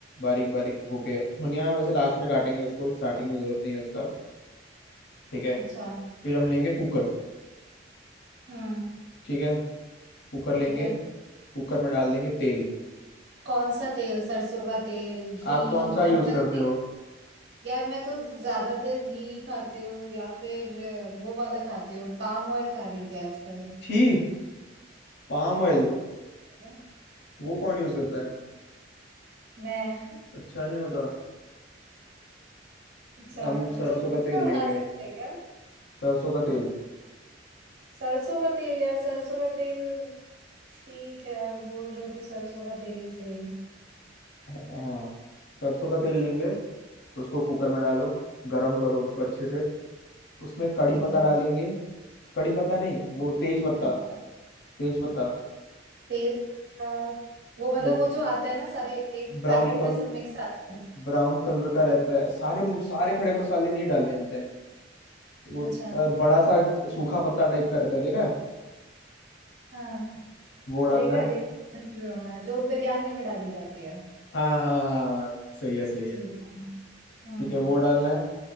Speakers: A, on the left (about 60°); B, on the right (about 65°).
A: बारीक बारीक धो के धनिया वैसे लास्ट में काटेंगे उसको स्टार्टिंग में जरूरत नहीं है उसका ठीक है
B: अच्छा
A: फिर हम लेंगे कुकर
B: हम्म
A: ठीक है कुकर
B: ठीक
A: लेंगे
B: है
A: कुकर में डाल देंगे तेल
B: कौन सा तेल सरसों का तेल घी
A: आप कौन सा
B: मतलब
A: यूज
B: मैं तो
A: करते
B: तेल
A: हो
B: <laughs> यार मैं तो ज्यादातर घी खाती हूँ या फिर अ, वो वाला खाती हूँ पाम ऑयल खा रही थी आजकल
A: छी पाम ऑयल
B: क्या?
A: वो कौन यूज करता है
B: मैं
A: अच्छा नहीं होता
B: अच्छा
A: हम सरसों
B: तो घी
A: का
B: में
A: तेल
B: बना
A: लेंगे
B: सकते हैं क्या
A: सरसों का तेल
B: सरसों का तेल यार सरसों का तेल ठीक है आप बोल रहे हो तो सरसों का तेल ही सही
A: हाँ सरसों का तेल लेंगे उसको कुकर में डालो गरम करो उसको अच्छे से उसमें कड़ी
B: ठीक
A: पत्ता
B: है
A: डालेंगे कड़ी पत्ता नहीं वो तेज पत्ता
B: अच्छा,
A: तेज पत्ता
B: तेज पत्ता वो मतलब
A: वो
B: वो जो आता है ना सारे एक
A: ब्राउन
B: पैकेट में
A: कलर
B: सब मिक्स आता है
A: ब्राउन कलर का रहता है सारे सारे खड़े मसाले नहीं डालने होते हैं वो
B: अच्छा
A: अ, बड़ा सा सूखा पत्ता टाइप का रहता है देखा है
B: हाँ
A: वो डालना
B: देखा है,
A: है
B: देखा है, समझ रही हूँ मैं जो बिरयानी में डाली जाती है
A: हाँ हाँ हाँ हाँ, सही है सही
B: ठीक
A: है
B: है हम्म
A: ठीक है वो डालना है